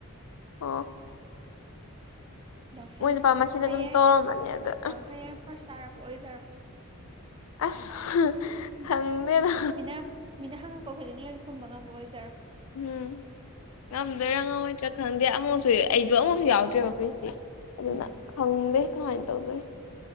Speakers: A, on the left (about 70°); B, on the right (about 25°).
A: ꯑꯣ
B: ꯌꯥꯎꯁꯜꯂꯣ
A: ꯃꯣꯏ ꯅꯨꯄꯥ ꯃꯁꯤꯅ
B: ꯍꯌꯦꯡ
A: ꯑꯗꯨꯝ ꯇꯧꯔꯝꯃꯅꯤ ꯑꯗ
B: ꯑꯪ ꯍꯌꯦꯡ ꯐꯥꯔꯁ ꯇꯥꯔꯛꯄ ꯑꯣꯏꯖꯔꯣ
A: ꯑꯁ
B: ꯎ
A: ꯈꯪꯗꯦꯗ
B: ꯃꯤꯅ ꯃꯤꯅ ꯍꯪꯉꯛꯄ ꯈꯨꯗꯤꯡ ꯂꯣꯏ ꯈꯨꯝꯕ ꯉꯝꯕ ꯑꯣꯏꯖꯔꯣ
A: ꯎꯝ ꯉꯝꯗꯣꯏꯔꯥ ꯉꯝꯃꯣꯏꯗ꯭ꯔꯥ ꯈꯪꯗꯦ ꯑꯃꯨꯛꯁꯨ ꯑꯩꯗꯣ ꯑꯃꯨꯛꯁꯨ ꯌꯥꯎꯗ꯭ꯔꯦꯕ ꯑꯩꯈꯣꯏꯁꯦ ꯑꯗꯨꯅ
B: ꯎꯝ
A: ꯈꯪꯗꯦ ꯀꯃꯥꯏꯅ ꯇꯧꯗꯦ